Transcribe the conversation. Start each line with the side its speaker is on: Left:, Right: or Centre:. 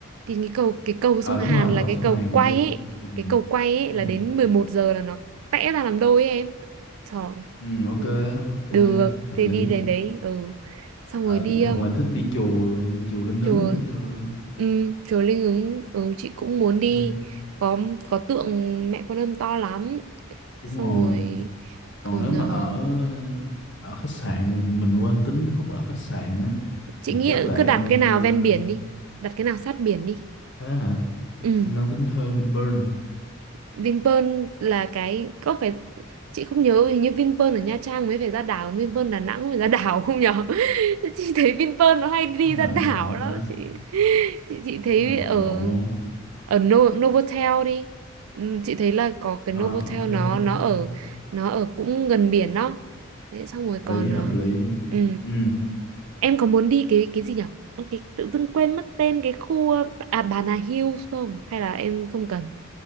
Right: thì cái cầu cái cầu sông
Left: à đúng
Right: Hàn
Left: rồi
Right: là
Left: cầu
Right: cái
Left: sông
Right: cầu
Left: Hàn
Right: quay
Left: cũng được
Right: ấy
Left: ừ.
Right: cái cầu quay ấy là
Left: Ừ.
Right: đến 11 giờ là nó vẽ ra làm đôi ấy em trời
Left: Ừ, ok
Right: ừ.
Left: ok
Right: Được,
Left: hợp
Right: thì
Left: lý
Right: đi đến đấy, ừ. Xong rồi
Left: ở
Right: đi
Left: hoặc
Right: um,
Left: là thích đi chùa thì đi chùa Linh
Right: chùa
Left: Ứng cũng được
Right: ừ, chùa Linh Ứng, ừ, chị cũng muốn đi.
Left: ừ,
Right: Có có tượng Mẹ Quan Âm to lắm.
Left: đúng
Right: Xong
Left: rồi
Right: rồi
Left: còn
Right: còn
Left: nếu mà
Right: ờ,
Left: ở ờ, ở khách sạn mình mình quên tính cái khúc ở khách sạn á
Right: chị
Left: thì
Right: nghĩ
Left: chắc là
Right: cứ
Left: em
Right: đặt cái nào
Left: ờ,
Right: ven biển
Left: em
Right: đi, đặt cái nào sát biển đi.
Left: thế hả
Right: Ừ.
Left: em đang tính thuê Vinpearl
Right: Vinpearl là cái có phải chị không nhớ hình như Vinpearl ở Nha Trang mới phải ra đảo Vinpearl Đà Nẵng mới ra đảo không nhở <laughs> chị thấy Vinpearl nó hay đi
Left: có cái
Right: ra
Left: nào
Right: đảo
Left: em lộn không
Right: lắm
Left: ta
Right: chị chị chị thấy
Left: cái nào
Right: ở
Left: bị lộn không
Right: ở No, Novotel đi Ừ, chị thấy là có cái
Left: à,
Right: Novotel
Left: ok
Right: nó nó
Left: ok
Right: ở nó ở cũng gần biển đó Đấy, xong rồi
Left: lý
Right: còn ờ,
Left: hợp lý
Right: ừ.
Left: ừ
Right: em có muốn đi cái cái gì nhở Ơ, cái tự dưng quên mất tên cái khu ờ, à Bà Nà Hills không hay là em không cần